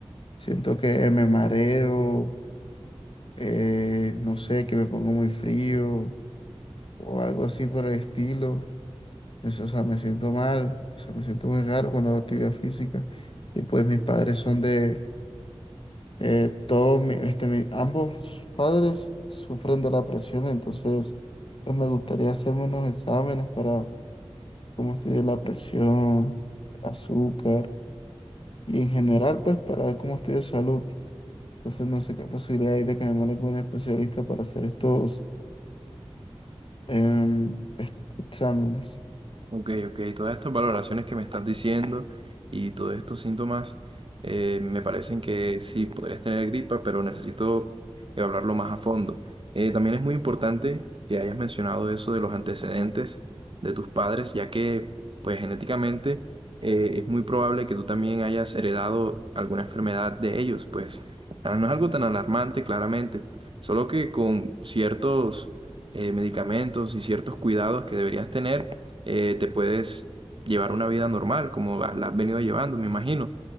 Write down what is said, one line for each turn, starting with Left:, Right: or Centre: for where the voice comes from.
Left: siento que me mareo eh, no sé, que me pongo muy frío o algo así por el estilo. Eso, o sea, me siento mal, o sea, me siento muy raro cuando hago actividad física. Y pues mis padres son de, eh, todos, mi- este, mi- ambos padres sufren de la presión, entonces pues me gustaría hacerme unos exámenes para cómo estoy de la presión, azúcar y en general pues para ver cómo estoy de salud. Entonces no sé qué posibilidad hay de que me mande con un especialista para hacer estos em, est- exámenes.
Right: Ok, ok, todas estas valoraciones que me estás diciendo y todos estos síntomas eh, me parecen que sí, podrías tener gripa, pero necesito evaluarlo más a fondo. Eh, también es muy importante que hayas mencionado eso de los antecedentes de tus padres, ya que pues genéticamente eh, es muy probable que tú también hayas heredado alguna enfermedad de ellos, pues ah, no es algo tan alarmante claramente, solo que con ciertos eh, medicamentos y ciertos cuidados que deberías tener, eh, te puedes llevar una vida normal, como la la has venido llevando, me imagino.